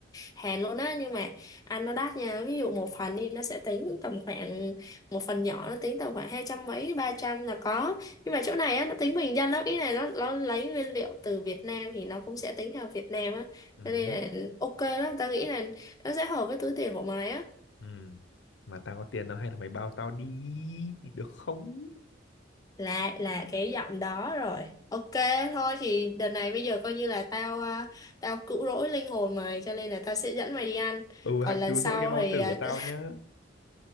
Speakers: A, on the left; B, on the left.
A: Hàn luôn á nhưng mà ăn nó đắt nha ví dụ một phần đi nó sẽ tính tầm khoảng một phần nhỏ nó tính tầm khoảng hai trăm mấy ba trăm là có nhưng mà chỗ này á nó tính bình dân lắm ý này nó nó lấy nguyên liệu từ Việt Nam thì nó cũng sẽ tính theo Việt Nam á
B: ừ.
A: cho nên
B: hứ,
A: là ok lắm ta nghĩ là nó sẽ hợp với túi tiền của mày á
B: ừ. mà tao có tiền đâu hay là mày bao tao đi được không
A: là là cái giọng đó rồi ok thôi thì đợt này bây giờ coi như là tao à, tao cứu rỗi linh hồn mày cho nên là tao sẽ dẫn mày đi ăn
B: ừ
A: còn
B: hãy
A: lần
B: cứu
A: sau
B: rỗi cái bao
A: thì
B: tử
A: à,
B: của tao
A: <laughs>
B: nhá